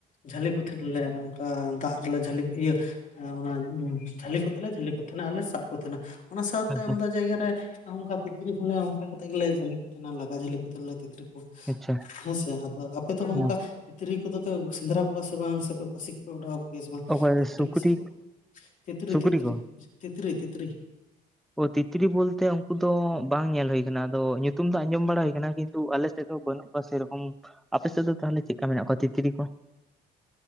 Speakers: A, on the left; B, in the centre.
A: ᱡᱷᱟᱹᱞᱤ ᱠᱚᱣᱟ᱾ ᱯᱩᱛᱷᱤᱞᱮ ᱚᱱᱠᱟ ᱫᱟᱜ ᱨᱮᱞᱮ ᱡᱷᱟᱹᱞᱤ ᱠᱚᱜᱮᱭᱟᱹ ᱚᱱᱟ ᱡᱷᱟᱹᱞᱤ ᱠᱚᱛᱮ ᱞᱮ ᱡᱷᱟᱹᱞᱤ ᱠᱚ ᱛᱟᱦᱮᱱᱟ ᱟᱨᱞᱮ ᱥᱟᱵ ᱠᱚ ᱛᱟᱦᱮᱱᱟ ᱚᱱᱟ ᱥᱟᱶᱛᱮ
B: ᱟᱪᱪᱷᱟ
A: ᱟᱢᱫᱟ ᱡᱟᱭᱜᱟ ᱨᱮ ᱚᱱᱠᱟ ᱛᱤᱛᱨᱤ ᱦᱚᱸᱞᱮ ᱚᱱᱠᱟ ᱠᱟᱛᱮᱜ ᱜᱮᱞᱮ ᱡᱷᱟᱟᱹᱞᱤ ᱠᱚ ᱛᱟᱸᱦᱮᱱᱟ ᱾ ᱡᱷᱟᱹᱞᱤ ᱠᱚ ᱛᱟᱦᱮ ᱞᱮᱭᱟ ᱛᱤᱫᱽᱨᱟᱹ ᱠᱚ
B: ᱟᱪᱪᱷᱟ
A: ᱦᱮᱸ ᱥᱮ ᱟᱫᱚ ᱟᱯᱮ ᱫᱚ
B: ᱦᱮᱸ
A: ᱚᱱᱠᱟ᱾ ᱛᱤᱛᱨᱤ ᱠᱚᱫᱚ ᱯᱮ ᱥᱮᱸᱫᱽᱨᱟ ᱠᱚᱣᱟ ᱥᱮ ᱵᱟᱝ ᱥᱮ ᱯᱟᱹᱥᱤ ᱠᱚᱯᱮ ᱚᱰᱟᱣᱚᱮᱭᱟ ᱥᱮ ᱵᱟᱝ
B: ᱚᱠᱚᱭ
A: ᱛᱤᱛᱨᱤ
B: ᱥᱩᱠᱨᱤ
A: ᱯᱟᱹᱥᱤ ᱠᱚ? ᱛᱤᱛᱨᱤ
B: ᱥᱩᱠᱨᱤ
A: ᱛᱤᱛᱨᱤ
B: ᱠᱚ
A: ᱛᱤᱛᱨᱤ ᱛᱤᱛᱨᱤ᱾
B: ᱚ ᱛᱤᱛᱨᱤ ᱵᱚᱞᱛᱮ ᱩᱱᱠᱩ ᱫᱚ ᱵᱟᱝ ᱧᱮᱞ ᱦᱩᱭ ᱟᱠᱟᱱᱟ ᱟᱫᱚ ᱧᱩᱛᱩᱢ ᱫᱚ ᱟᱸᱡᱚᱢ ᱵᱟᱲᱟ ᱦᱩᱭ ᱟᱠᱟᱱᱟ ᱠᱤᱱᱛᱩ ᱟᱞᱮᱥᱮᱫ ᱫᱚ ᱵᱟᱹᱱᱩᱜ ᱠᱚᱣᱟ ᱥᱮᱨᱚᱠᱚᱢ ᱟᱯᱮ ᱥᱮᱫ ᱫᱚ ᱛᱟᱦᱚᱞᱮ ᱪᱮᱫ ᱞᱮᱠᱟ ᱢᱮᱱᱟᱜ ᱠᱚᱣᱟ ᱛᱤᱛᱨᱤ ᱠᱚ᱾